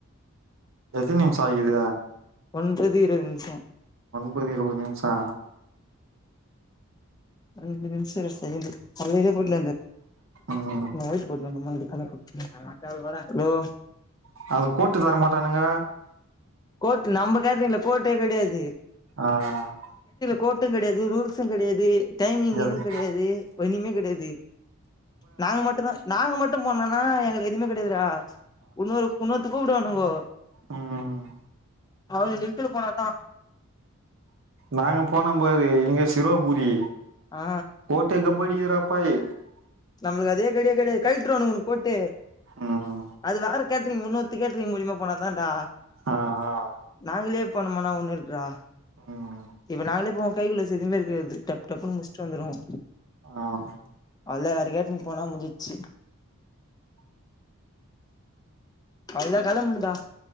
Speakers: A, on the right; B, on the left.
A: எத்தன நிமிசம் ஆயிகிது
B: ஒன்பது இருபது நிமிஷம்
A: புதியதோ‌‌ ஒரு நிமிசா
B: அஞ்சு நிமிஷல்ல செகண்டு அதிகப்பட்
A: ம்
B: <unintelligible> ஹலோ
A: அது கோட்டு தரமாட்டானுங்க
B: கோட் நம்ம கேட்ரீங்ள கோட்டே கிடையாது
A: ஆஹ்
B: கோர்ட்டும் கிடையாது ரூல்ஸும் கிடையாது டைமிங் இன்னும்
A: எது
B: கிடையாது ஒன்னுமே கிடையாது நாங்க மட்டு தான் நாங்க மட்டும் போனோம்னா எங்கல கேக்குதா இன்னோரு இன்னொருத் கூப்படுணுங்கோ
A: ம்ஹ்
B: அவன லிப்ட்டுல போன தான்
A: நாங்க போனம் பாரு இங்க சிவபூரி
B: ஆ
A: கோட்டே கப்படிகிதுடா ப்பாயி
B: நம்மளுக்கு அதே கெடயவே கெடையாது கலட்டுருவான்க கோட்டே
A: ம்
B: அது வேரு கேட்ரிங் இன்னொருத்தர் கேட்ரிங் மூலியமா போன தான்டா
A: ஆ ஆ
B: நாங்களே பண்ணமனா ஒண்ணுடுறா
A: ம்
B: இப்ப நாங்களே போ கை கிளவுஸ் எதுவுமே இருக்காது டப் டப்ன்னு முடிச்சுட்டு வந்துரும்
A: ஆஹ்
B: அல்ல வேறக்கேட்ரிங் போனா முடிஞ்டுச்சு அவல காலம் உண்டா